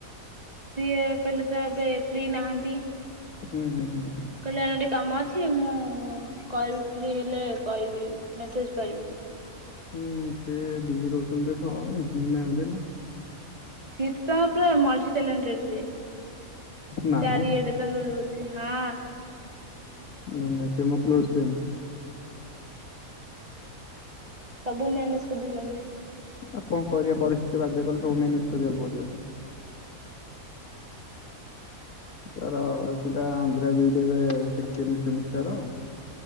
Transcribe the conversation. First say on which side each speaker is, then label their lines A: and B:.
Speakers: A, on the right; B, on the left.
A: ସିଏ କହିଲେ ତ ଏବେ ଫ୍ରି ନାହାନ୍ତି।
B: ହୁଁ ହୁଁ ହୁଁ।
A: କହିଲେ ଏ ଟିକେ କାମ ଅଛି ମୁଁ କହିବି ଫ୍ରି ହେଲେ କହିବି ମେସେଜ କରିବି।
B: ହଁ ସେ ବିଜି ରହୁଛନ୍ତି ନାଁ <inaudible>
A: ଶୀତ ତମର ପୁରା ମଲ୍ଟି ଟ୍ୟାଲଣ୍ଟେଡ ସେ
B: ନା
A: ଚାରି
B: ମ
A: ଏଟେ ତାଙ୍କୁ ହଁ।
B: ନା ନା ସେ ମୋ କ୍ଲୋଜ ଫ୍ରେଣ୍ଡ
A: ସବୁ ମ୍ୟାନେଜ କରିଦୋଉଛନ୍ତି। <inaudible>
B: ଆଉ କଣ କରିବା ପରିସ୍ଥିତି ବାଧ୍ୟ କଲେ ସବୁ ମ୍ୟାନେଜ କରିବାକୁ ପଡିବ। ତାର ସେଟା ଆନ୍ଧ୍ର ବି ଡ ଏବେ ସେକେଣ୍ଡସେମିଷ୍ଟାର